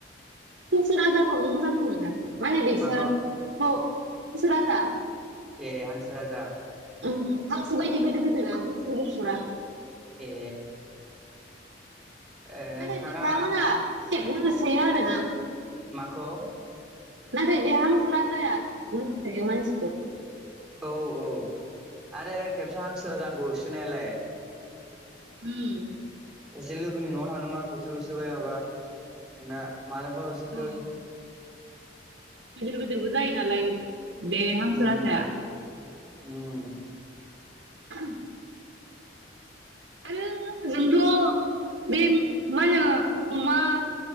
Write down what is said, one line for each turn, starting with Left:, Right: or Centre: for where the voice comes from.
Right: हांसो राजाखौनो मोजांसिन मोनो
Centre: माखौ
Right: <unintelligible>
Centre: ए हांसो राजा
Right: उम हांसो बायदि गिदिर <unintelligible>
Centre: ए ओ नोंथाङा
Right: नाथाय बिथांमोना खेबनो होसोयो आरोना
Centre: माखौ
Right: नाथाय बे हांसो राजाया खेबनो होसोयो मानसिखौ
Centre: औ औ आरे खेबसे हांसो राजा आंखौ होसोनायालाय
Right: उम
Centre: सासे लोगोनि न'आव थांदोंमोन आंखौसो होसोबाय माबा ना मानोबा होसोखो
Right: उम गिदिर गिदिरबो जायो नालाय बे हांसो
Centre: उम
Right: राजाया
Centre: उम
Right: <unintelligible> आरो जोंथ' बे मा होनो अमा